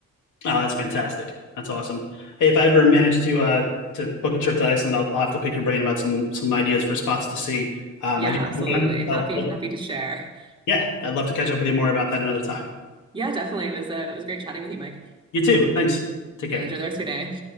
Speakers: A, on the left; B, on the right.
A: Oh, that's fantastic. That's awesome. Hey, if I ever manage to uh to book a trip to Iceland, I'll, I'll have to pick your brain about some some ideas for spots to see. Um,
B: Yeah,
A: I do
B: absolutely.
A: have one, so
B: Happy, happy to share.
A: yeah, I'd love to catch up with you more about that another time.
B: Yeah, definitely. It was uh, it was great chatting with you, Mike.
A: You too. Thanks. Take
B: Yeah,
A: care.
B: enjoy the rest of your day.